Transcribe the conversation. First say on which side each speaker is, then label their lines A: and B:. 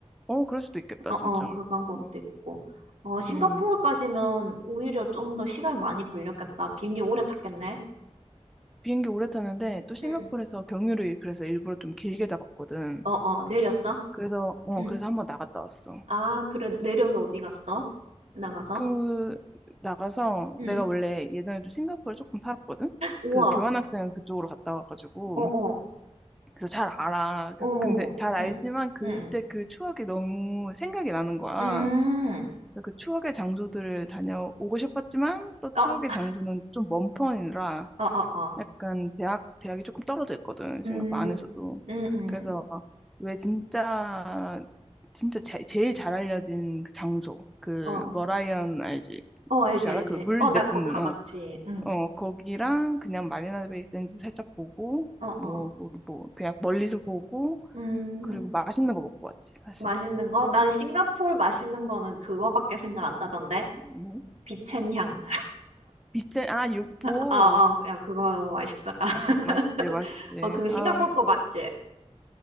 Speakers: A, in the centre; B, on the right.
A: 어, 그럴 수도 있겠다,
B: 어, 어,
A: 진짜.
B: 그 방법도
A: 음,
B: 있고. 어, 싱가포르까지면
A: 음.
B: 오히려 좀 더 시간이 많이 걸렸겠다. 비행기 오래 탔겠네?
A: 비행기 오래 타는데 또 싱가포르에서
B: 응,
A: 경유를 그래서 일부러 좀 길게 잡았거든.
B: 어, 어, 내렸어?
A: 그래서 어
B: 응.
A: 그래서 한번 나갔다 왔어.
B: 아, 그래. 내려서 어디 갔어? 나가서?
A: 그 나가서
B: 응.
A: 내가 원래 예전에 좀 싱가포르 조금 살았거든.
B: 우와.
A: 그 교환학생 그쪽으로 갔다 와가지고
B: 어, 어.
A: 그래서 잘 알아.
B: 어머머.
A: 그래서 근데 잘
B: 응.
A: 알지만 그때
B: 응.
A: 그 추억이 너무 생각이 나는 거야.
B: 응. 음.
A: 그래서 그 추억의 장소들을 다녀오고 싶었지만 또
B: 어,
A: 추억의 장소는 좀 먼 편이라
B: 어, 어, 어.
A: 약간 대학 대학이 조금 떨어져 있거든 싱가포르
B: 음.
A: 안에서도
B: 음, 음.
A: 그래서 왜 진짜 진짜 제, 제일 잘 알려진 그 장소 그
B: 어, 어.
A: 머라이언 알지
B: 어, 알지,
A: 혹시 알아
B: 알지.
A: 그 물
B: 어, 나
A: 내뿜는
B: 그거 가봤지.
A: 어
B: 응.
A: 어 거기랑 그냥 마리나 베이 샌즈 살짝 보고
B: 어,
A: 뭐,
B: 어.
A: 뭐, 뭐 그냥 멀리서 보고
B: 음.
A: 그리고 맛있는 거 먹고 왔지 사실
B: 맛있는 거? 난 싱가포르 맛있는 거는 그거밖에 생각 안 나던데.
A: 음뭐
B: 비첸향.
A: 비트 아 육포
B: <laughs> 어, 어. 야, 그거 너무 맛있더라. <laughs>
A: 맛있지 맛있지
B: 어, 그거 싱가포르
A: 아
B: 거 맞지?